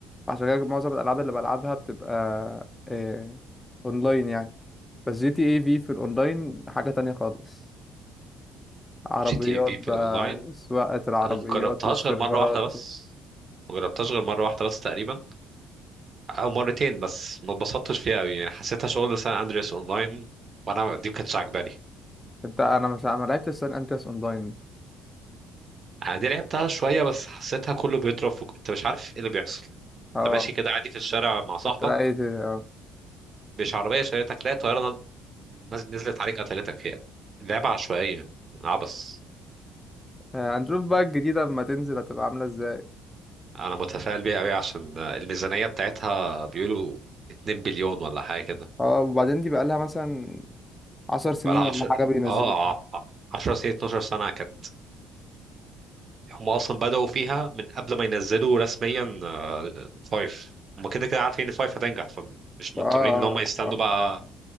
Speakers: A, on the left; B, on the right.
A: عشان كده معظم الالعاب اللي بلعبها بتبقى إيه اونلاين يعني بس جي تي اي في في الاونلاين حاجة تانية خالص عربيات
B: جي تي اي في
A: بقى
B: في الأونلاين
A: وسواقة العربيات
B: أنا مجربتهاش
A: والسيرفرات
B: غير مرة واحدة بس مجربتهاش غير مرة واحدة بس تقريبا أو مرتين بس ما اتبسطتش فيها أوي يعني حسيتها شغل سان أندرياس أونلاين وأنا دي ما كانتش عجباني
A: انت انا مش ما لعبتش سان اندرياس اونلاين
B: أنا دي لعبتها شوية بس حسيتها كله بيضرب في... أنت مش عارف إيه اللي بيحصل
A: اه
B: انت ماشي كده عادي في الشارع مع صاحبك
A: كنت لقيت <laughs>
B: مش عربيه شريتك تلاقي طياره نز... نزلت عليك قتلتك هي لعبه عشوائيه عبس
A: هنشوف بقى الجديدة لما تنزل هتبقى عاملة ازاي
B: انا متفائل بيها قوي عشان الميزانيه بتاعتها بيقولوا 2 بليون ولا حاجه كده
A: اه وبعدين دي بقالها مثلا عشر سنين
B: بقالها
A: ولا
B: 10
A: حاجة بينزلوها
B: اه ع- 10 سنين 12 سنه كانت هم اصلا بداوا فيها من قبل ما ينزلوا رسميا آه، فايف هم كده كده عارفين ان فايف هتنجح فمش مضطرين
A: اه اه
B: ان هم يستنوا
A: اه
B: بقى